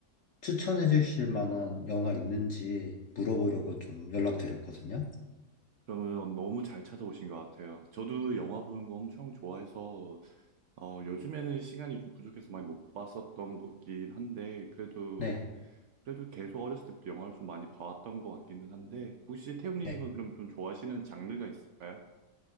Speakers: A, on the left (about 60°); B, on the right (about 80°).
A: 추천해 주실 만한 영화 있는지 물어보려고 좀 연락드렸거든요.
B: 그러면 너무 잘 찾아오신 것 같아요. 저도 영화 보는 거 엄청 좋아해서, 어, 요즘에는 시간이 좀 부족해서 많이 못 봤었던 것긴 한데, 그래도,
A: 네,
B: 그래도 계속 어렸을 때부터 영화를 좀 많이 봐왔던 것 같기는 한데, 혹시 태우님은
A: 네.
B: 그럼 좀 좋아하시는 장르가 있을까요?